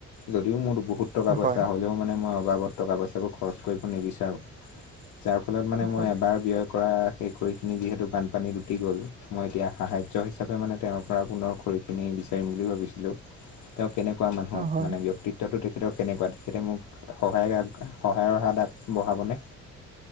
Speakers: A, on the left; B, on the right.
A: যদিও মোৰ বহুত টকা পইচা
B: হয়,
A: হ'লেও মানে মই অবাবত টকা পইচাবোৰ খৰচ কৰিব নিবিচাৰোঁ। যাৰ ফলত মানে মই
B: হয়।
A: এবাৰ ব্যয় কৰা সেই খৰি খিনি যিহেতু বানপানীত উটি গ'ল। মই এতিয়া সাহায্য হিচাপে মানে তেওঁৰ পৰা পুনৰ খৰিখিনি বিচাৰিম বুলি ভাবিছিলোঁ। তেওঁক কেনেকুৱা মানুহ
B: অ', হয়।
A: মানে ব্যয়ক্তিত্বটো দেখ তেখেতৰ কেনেকুৱা তেখেতে মোক সহায় সহায়ৰ হাত আগবঢ়াবনে?